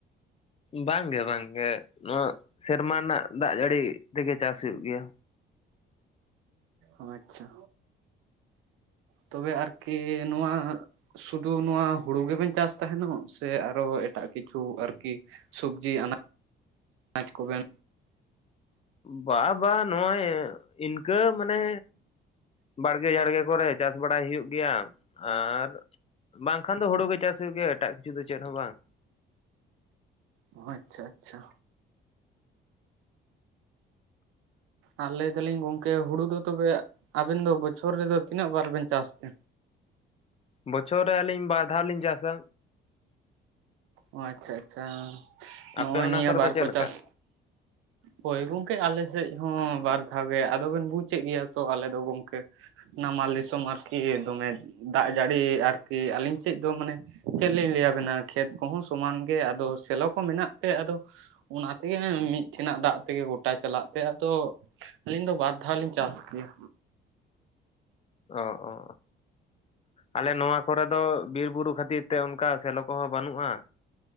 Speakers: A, on the left; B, on the right.
A: ᱵᱟᱝ ᱜᱮ ᱵᱟᱝ ᱜᱮ ᱱᱚᱣᱟ ᱥᱮᱨᱢᱟ ᱨᱮᱱᱟᱜ ᱫᱟᱜ ᱡᱟᱹᱲᱤ ᱛᱮᱜᱮ ᱪᱟᱥ ᱦᱩᱭᱩᱜ ᱜᱮᱭᱟ᱾
B: ᱚ ᱟᱪᱪᱷᱟ, ᱛᱚᱵᱮ ᱟᱨᱠᱤ ᱱᱚᱣᱟ ᱥᱩᱫᱩ ᱱᱚᱣᱟ ᱦᱩᱲᱩ ᱜᱮᱵᱮᱱ ᱪᱟᱥ ᱛᱟᱸᱦᱮᱱᱚᱜ ᱥᱮ ᱟᱨᱚ ᱮᱴᱟᱜ ᱠᱤᱪᱷᱩ ᱟᱨᱠᱤ? ᱥᱚᱵᱡᱤ ᱟᱱᱟ ᱠᱟᱪ ᱠᱚᱵᱮᱱ
A: ᱵᱟ ᱵᱟ ᱱᱚᱜᱼᱚᱭ ᱤᱱᱠᱟᱹ ᱢᱟᱱᱮ ᱵᱟᱲᱜᱮ ᱡᱷᱟᱲᱜᱮ ᱠᱚᱨᱮ ᱪᱟᱥ ᱵᱟᱲᱟᱭ ᱦᱩᱭᱩᱜ ᱜᱮᱭᱟ, ᱟᱨ ᱵᱟᱝᱠᱷᱟᱱ ᱫᱚ ᱦᱩᱲᱩ ᱜᱮ ᱪᱟᱥ ᱦᱩᱭᱩᱜ ᱜᱮᱭᱟ ᱮᱴᱟᱜ ᱠᱤᱪᱷᱩ ᱫᱚ ᱪᱮᱫ ᱦᱚᱸ ᱵᱟᱝ᱾
B: ᱚ ᱟᱪᱪᱷᱟ ᱟᱪᱪᱷᱟ᱾ ᱟᱨ ᱞᱮᱭ ᱫᱟᱞᱤᱧ ᱜᱚᱝᱠᱮ ᱦᱳᱲᱳ ᱫᱚ ᱛᱚᱵᱮ ᱟᱵᱮᱱ ᱫᱚ ᱵᱚᱪᱷᱚᱨ ᱨᱮᱫᱚ ᱛᱤᱱᱟᱹᱜ ᱵᱟᱨ ᱵᱮᱱ ᱪᱟᱥ ᱛᱮ?
A: ᱵᱚᱪᱷᱚᱨ ᱨᱮ ᱟᱹᱞᱤᱧ ᱵᱟᱨ ᱫᱷᱟᱣ ᱞᱤᱧ ᱪᱟᱥᱟ᱾
B: ᱚ ᱟᱪᱪᱷᱟ ᱟᱪᱪᱷᱟ
A: ᱟᱯᱮ
B: ᱱᱚᱜᱼᱚᱭ
A: ᱚᱱᱟ
B: ᱱᱤᱭᱟᱹ
A: ᱠᱚᱨᱮ
B: ᱵᱟᱨ
A: ᱫᱚ ᱪᱮᱫ
B: ᱠᱚ
A: ᱞᱮᱠᱟ
B: ᱪᱟᱥ ᱦᱳᱭ ᱜᱚᱝᱠᱮ ᱟᱞᱮ ᱥᱮᱫ ᱦᱚᱸ ᱵᱟᱨ ᱫᱷᱟᱣ ᱜᱮ ᱟᱫᱚᱵᱮᱱ ᱵᱩᱡᱮᱫ ᱜᱮᱭᱟ ᱛᱚ ᱟᱞᱮ ᱫᱚ ᱜᱚᱢᱠᱮ, ᱱᱟᱢᱟᱞ ᱫᱤᱥᱚᱢ ᱟᱨᱠᱤ ᱫᱚᱢᱮ, ᱫᱟᱜ ᱡᱟᱹᱲᱤ ᱟᱨᱠᱤ ᱟᱹᱞᱤᱧ ᱥᱮᱫ ᱫᱚ ᱢᱟᱱᱮ ᱪᱮᱫ ᱞᱤᱧ ᱞᱮᱭ ᱟᱵᱮᱱᱟ᱾ ᱠᱷᱮᱛ ᱠᱚᱦᱚᱸ ᱥᱚᱢᱟᱱ ᱜᱮ ᱟᱫᱚ ᱥᱮᱞᱚ ᱠᱚ ᱢᱮᱱᱟᱜ ᱛᱮ ᱟᱫᱚ, ᱚᱱᱟ ᱛᱮᱜᱮ ᱢᱤᱫ ᱴᱷᱮᱱᱟᱜ ᱫᱟᱜ ᱛᱮᱜᱮ ᱜᱚᱴᱟ ᱪᱟᱞᱟᱜ ᱛᱮ ᱟᱫᱚ, ᱟᱹᱞᱤᱧ ᱫᱚ ᱵᱟᱨ ᱫᱷᱟᱣ ᱞᱤᱧ ᱪᱟᱥ ᱜᱮᱭᱟ᱾
A: ᱚ ᱚ ᱟᱞᱮ ᱱᱚᱣᱟ ᱠᱚᱨᱮ ᱫᱚ ᱵᱤᱨ ᱵᱩᱨᱩ ᱠᱷᱟᱹᱛᱤᱨ ᱛᱮ ᱚᱱᱠᱟ ᱥᱮᱞᱳ ᱠᱚᱦᱚᱸ ᱵᱟᱹᱱᱩᱜᱼᱟ᱾